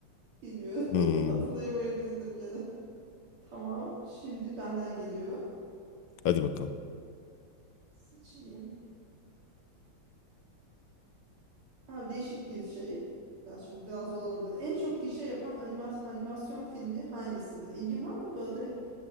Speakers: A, on the right; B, on the left.
A: Bilmiyorum.
B: Hmm,
A: <laughs> Hatırlayamayabilirdim gene. Tamam. Şimdi benden geliyor.
B: Hadi bakalım.
A: Seçeyim. Ha, değişik bir şey. Ben şimdi bu biraz zor olabilir. En çok gişe yapan animas- animasyon filmi hangisidir? İlgin var mı bu arada hep